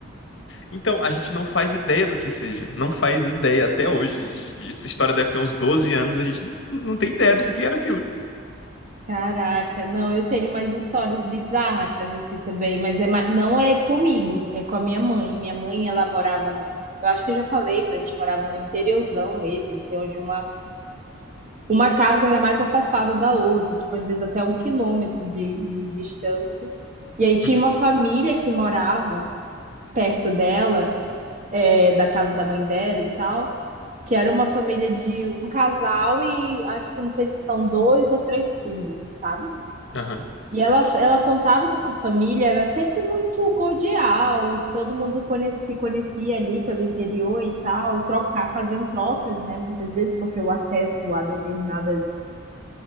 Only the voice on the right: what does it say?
Caraca, não, eu tenho umas histórias bizarras assim também, mas é, ma- não é comigo, é com a minha mãe. Minha mãe, ela morava, eu acho que eu já falei pra ti, morava no interiorzão mesmo, assim, onde uma, uma casa era mais afastada da outra, tipo, às vezes até um quilômetro de, de distância. E aí tinha
uma família que morava perto dela, é, da casa da mãe dela e tal, que era uma família de um casal e acho que não sei se são dois ou três filhos, sabe?
E ela, ela contava que essa família era sempre muito cordial, todo mundo conhe- se conhecia ali pelo interior e tal, trocar, fazendo trocas, né? Muitas vezes, porque o acesso a determinadas